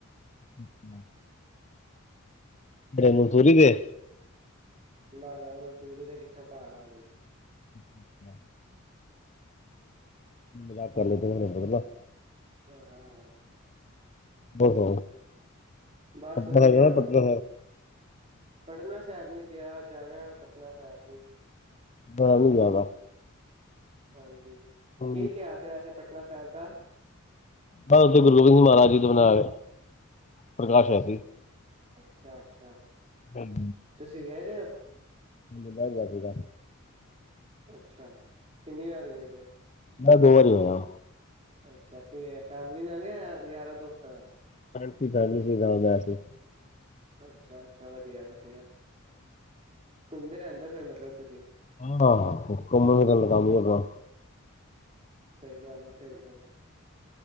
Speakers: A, on the left; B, on the right.
A: ਅੱਛਾ। ਐ ਮਨਤੂਰੀ ਦੇ?
B: ਨਾ ਨਾ ਮਨਤੂਰੀ ਦੇ ਕਿੱਥੇ ਪਹਾੜ ਆ ਗਏ।
A: ਅੱਛ ਅੱਛਾ ਮਜ਼ਾਕ ਕਰਦੇ ਪਏ <inaudible>
B: ਹਾਂ ਹਾਂ ਹਾਂ।
A: ਔ ਹੋ
B: ਬਸ
A: ਪਤਾ
B: ਵਧੀਆ
A: ਲਗਿਆ ਪਤਾ।
B: ਪਟਨਾ ਸਾਹਿਬ ਨੇ ਕਿਹਾ ਜਾਣਾ ਪਟਨਾ ਸਾਹਿਬ ਵੀ।
A: ਮੈਂ ਵੀ ਜਾਣਾ।
B: ਹਾਂਜੀ।
A: ਹਾਂ
B: ਕੀ ਇਤਿਹਾਸ ਹੈ ਵੈਸੇ ਪਟਨਾ ਸਾਹਿਬ ਦਾ?
A: ਬੱਸ ੳਹ ਗੁਰੂ ਗੋਬਿੰਦ ਸਿੰਘ ਮਹਾਰਾਜ ਜੀ ਦੇ ਬਣਾਏ ਪ੍ਰਕਾਸ਼ ਹੋਇਆ ਸੀ।
B: ਅੱਛਾ ਅੱਛਾ।
A: ਹਮ
B: ਤੁਸੀਂ ਗਏ ਦੇ ਹੋ।
A: ਮਿਲਾ ਯਾਦੇ ਦਾ।
B: ਅੱਛਾ। ਕਿੰਨੀ ਵਾਰ ਗਏਦੇ ਹੋ?
A: ਮੈਂ ਦੋ ਵਾਰੀ ਹੋਇਆ।
B: ਅੱਛਾ। ਕਿਵੇਂ ਫੈਮਿਲੀ ਨਾਲ ਜਾਂ ਯਾਰਾਂ ਦੋਸਤਾਂ ਨਾਲ।
A: ਆਂਟੀ ਫੈਮਲੀ ਨਾਲ ਗਯਾ ਸੀ।
B: ਅੱਛਾ। ਅੱਛਾ। ਵਧੀਆ ਵਧੀਆ ਘੁੰਮਦੇ ਰਹਿੰਦੇ ਹੋ ਫਿਰ ਮਤਲਬ ਤੁਸੀਂ
A: ਹਾਂ ਹੁਕਮ ਲਗਾਨੀ ਆ।
B: ਸਹੀ ਗੱਲ ਹੈ। ਸਹੀ ਗੱਲ ਹੈ।